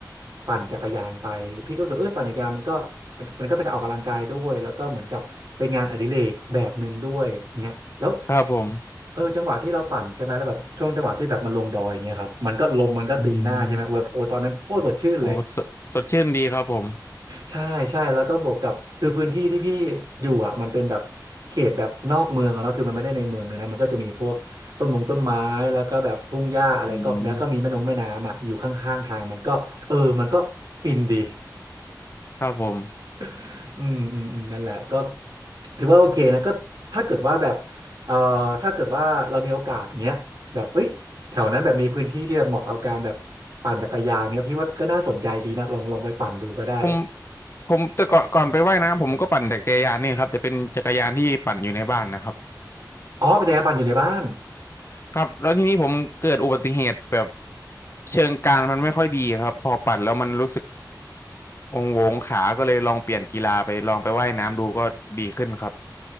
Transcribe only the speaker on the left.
ครับผม
อืมโหสดสดชื่นดีครับผม
อืมครับผม
ผมผมแต่ก่อนก่อนไปว่ายน้ำผมก็ปั่นจักรยานนี่ครับแต่เป็นจักรยานที่ปั่นอยู่ในบ้านนะครับ
ครับแล้วทีนี้ผมเกิดอุบัติเหตุแบบเชิงกานมันไม่ค่อยดีครับ พอปั่นแล้วมันรู้สึกองโวงขาก็เลยลองเปลี่ยนกีฬาไปลองไปว่ายน้ำดูก็ดีขึ้นครับ